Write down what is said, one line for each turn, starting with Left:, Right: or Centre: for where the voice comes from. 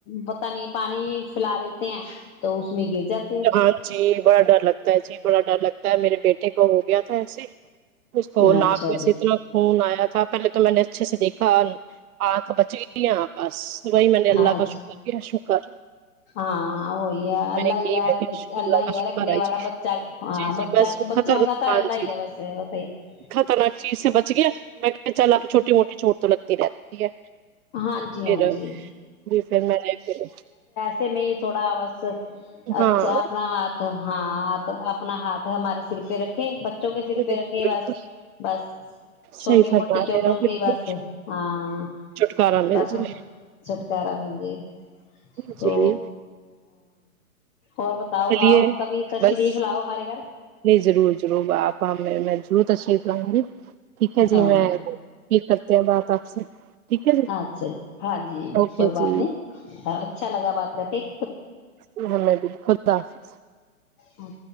Left: پت نہیں پانی پلا دیتے ہیں تو اس میں گر جاتے ہیں
Right: ہاں جی بڑا ڈر لگتا ہے جی بڑا ڈر لگتا ہے میرے بیٹے کو ہو گیا تھا ایسے اس کو
Left: اچھا
Right: ناک میں
Left: جی
Right: سے اتنا خون آیا تھا پہلے تو میں نے اچھے سے دیکھا آنکھ بچ گئی ت بس ص وہی میں نے اللہ
Left: اچ
Right: کا شکر کیا ش خ
Left: ہاں ا یہ اللہ
Right: ج
Left: یار
Right: شکلہ
Left: اللہ ہی
Right: شکر
Left: رکھنے
Right: ہے
Left: والا
Right: جی جی
Left: بچہ ہاں
Right: جی
Left: بچہ
Right: بس
Left: بچوں
Right: خطرک
Left: کا تو
Right: ہان
Left: اللہ ہی
Right: جی
Left: ہے بس بتائی
Right: خطرناک چیز سے بچ گیا میں کہ چل آپ چھوٹی موٹی چھوٹ تو لگتی رہتی ہے
Left: ہاں جی
Right: پھر
Left: ہاں جی
Right: ج پھر میں نے پھر
Left: اس سے میں تھوڑا بس
Right: ہاں
Left: اچھا اپنا ہاتھ ہاں تو اپنا ہاتھ ہمارے سر پہ رکھے بوں کے سر
Right: بالکل
Left: پہ رکھھی بس بس چھوٹی
Right: صحیح فرما
Left: موٹی چ
Right: رہے
Left: ٹ
Right: آپ بالکل
Left: سے بس ہاں
Right: چھٹکارا مل
Left: بس
Right: جائے
Left: اس چھٹکارا مل جائے
Right: جی
Left: تو اور بتاؤ
Right: چلیے
Left: آؤ کبھی کا
Right: بس
Left: شریف لاؤ ہمارے گھر
Right: نہیں ضرور ضرور باپ میں ضورت اچھی پائؤ گی ٹھیک ہے جی
Left: ہاں
Right: میں کرتے ہیں بات آپ سے ٹھیک ہے جی
Left: اچھا ہاں جی
Right: اوکے
Left: کوئی بات
Right: جی
Left: نہیں اچھا لگ بات کا ٹھیک
Right: الحم بھی خدا حافظ
Left: اور